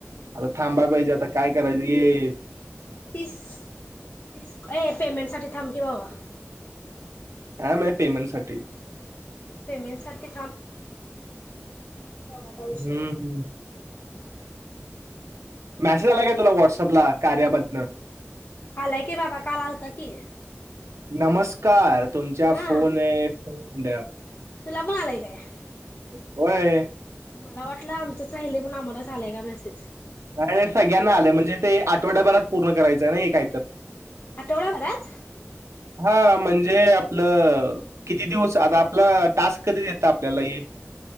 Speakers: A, on the left (about 45°); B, on the right (about 85°).
A: हम्म
B: आता
A: हम्म
B: थांबायला पाहिजे आता काय. करायचीे.
A: तीस तीस ए पेमेंट साठी थांबकी बावा.
B: हा म्हणजे पेमेंट साठी.
A: पेमेंट साठी कोरा का
B: हम्म.
A: विष
B: हम्म. मेसेज आला का तुला व्हॉटसअपला कार्याबदन
A: आलाय की बाबा काल आलत की
B: नमस्कार तुमच्या
A: हा
B: फोन आहे बी
A: तुला पण आय <inaudible>
B: होय
A: मला वाटलं आमचं सहिले म नावला चाले का मॅसेज
B: आणि सगळ्यांना आलय म्हणजे ते आठवड्याभरात पूर्ण करायचंय ना हे काय तर
A: आठवडाभरात
B: हा म्हणजे आपलं किती दिवस आता आपला टास्क कधी दिलता आपल्याला आहे